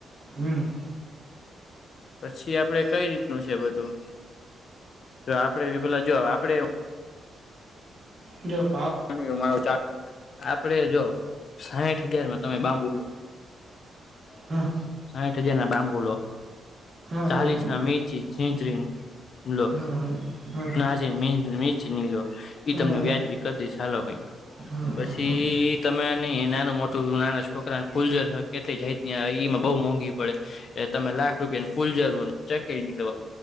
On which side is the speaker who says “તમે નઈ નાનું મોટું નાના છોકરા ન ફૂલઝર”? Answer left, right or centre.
Left